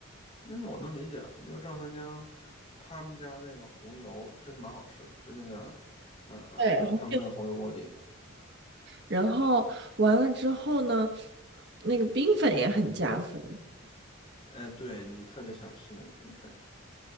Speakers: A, on the left (about 30°); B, on the right (about 50°).
A: 嗯，我能理解，因为赵三江他们家那个红油真的蛮好吃的，就那个呃呃呃，
B: 对，好像
A: 他们那个红油锅底，
B: 然后完了之后呢，那个冰粉也很加分，
A: 哎，对你特别想吃那个冰粉，